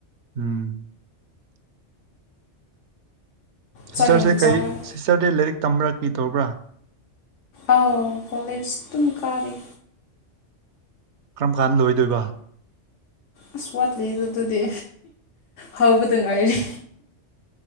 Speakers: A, on the right; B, on the left.
A: ꯎꯝ ꯁꯤꯁꯇꯔꯁꯦ
B: ꯆꯥꯛ ꯌꯥꯝ ꯆꯥꯔꯦ
A: ꯀꯔꯤ ꯁꯤꯁꯇꯔꯗꯤ ꯂꯥꯏꯔꯤꯛ ꯇꯝꯕ꯭ꯔꯥ ꯀꯔꯤ ꯇꯧꯕ꯭ꯔꯥ
B: ꯑꯥꯎ ꯀꯣꯂꯦꯖ ꯇꯝ ꯀꯥꯔꯔꯤ
A: ꯀꯔꯝ ꯀꯥꯟꯗ ꯂꯣꯏꯗꯣꯏꯕ
B: ꯑꯁ ꯋꯥꯠꯂꯤ ꯑꯗꯨ ꯑꯗꯨꯗꯤ ꯍꯥꯎꯕꯗ ꯉꯥꯏꯔꯦ